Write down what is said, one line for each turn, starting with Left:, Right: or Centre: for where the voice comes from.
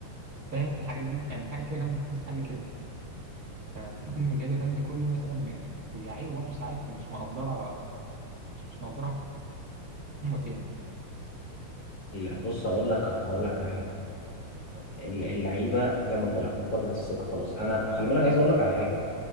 Right: فاهم انت الحاجات دي يعني في حاجات كده كان ممكن تتحل كده فبشوف ان الجهاز الفني ده كله مثلا واللعيبه برضو ساعات مش مقدره مش مش مقدره هم فين
Left: ال- بص اقول لك اقول لك على حاجه اللعيبه زي ما قلت لك فقدت الثقه خلاص انا خلي بالك عايز اقول لك على حاجه